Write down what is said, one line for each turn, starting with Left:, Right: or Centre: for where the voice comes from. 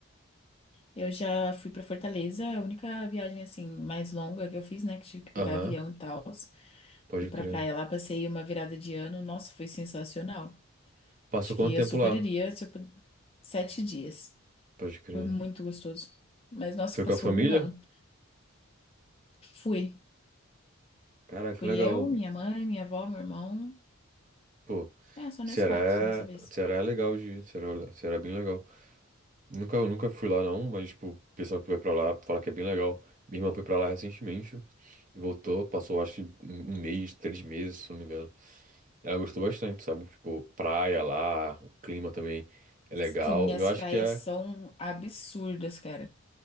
Left: Eu já fui pra Fortaleza, a única viagem assim mais longa que eu fiz, né, que tive que pegar
Right: Aham,
Left: avião e tal.
Right: pode
Left: Fui pra
Right: crer.
Left: praia lá, passei uma virada de ano. Nossa, foi sensacional.
Right: Passou
Left: Acho
Right: quanto
Left: que eu
Right: tempo
Left: super
Right: lá?
Left: iria, tipo, sete dias.
Right: Pode crer.
Left: Foi muito gostoso. Mas, nossa,
Right: Foi
Left: passou
Right: com a família?
Left: voando. Fui.
Right: Cara, que
Left: Fui
Right: legal.
Left: eu, minha mãe, minha avó, meu irmão.
Right: Pô,
Left: É, só
Right: Ceará
Left: nós quatro dessa vez.
Right: é, Ceará é legal de ir. Ceará, Ceará é bem legal. Nunca, eu nunca fui lá não, mas, tipo, o pessoal que vai pra lá fala que é bem legal. Minha irmã foi pra lá recentemente e voltou, passou acho que um um mês, três meses, se não me engano. Ela gostou bastante, sabe? Tipo, praia lá, o clima também é legal.
Left: Sim,
Right: Eu
Left: as
Right: acho
Left: praias
Right: que é,
Left: são absurdas, cara.